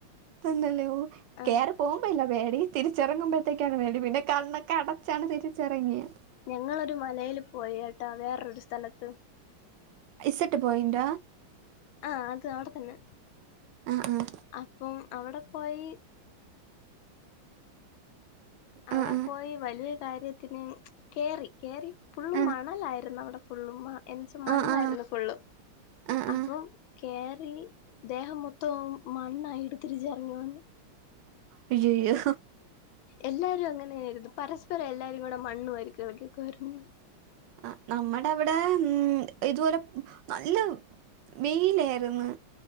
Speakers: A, on the right (about 70°); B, on the left (about 75°).
A: തന്നല്ലേ
B: ആഹ്
A: കേയറി പോവുമ്പോയില്ല പേടി തിരിച്ചറുമ്പോഴത്തേക്കാണ് പേടി പിന്നെ കണ്ണൊക്കെ അടച്ചാണ് തിരിച്ചിറങ്ങിയെ
B: <inaudible> ഞങ്ങളൊരു മലയിൽ പോയേട്ടാ വേറരു സ്ഥലത്ത്
A: ഇസട്ട് പോയിന്റ
B: ആഹ അത് അവിടെ തന്നെ
A: ആഹ് ആഹ്
B: അപ്പൊ അവിടെ പോയി അവിടെ
A: ആഹ് ആഹ്
B: പോയി വലിയ കാര്യത്തിന് കേറി കേറി ഫുള്ള്
A: ആ
B: മണലായിരുന്നു അവിടെ ഫുള്ളും എന്നച്ചാ മണ്ണായിരുന്നു
A: ആ ആ
B: ഫുള്ളും
A: ആ ആ
B: അപ്പം കേറി ദേഹം മൊത്തം മണ്ണായിട്ട് തിരിച്ച്ഇറങ്ങ്യാണ്ട്.
A: അയ്യയ്യോ
B: എല്ലാരും അങ്ങനേയ്ര്ന്ന് പരസ് എല്ലാരുംകൂടെ മണ്ണ് വാരി കളിക്ക്യക്കാർന്ന്
A: ആ നമ്മടെ ഇവിടെ ഉ ഇതുപോലെ നല്ല വെയിലായിരുന്നു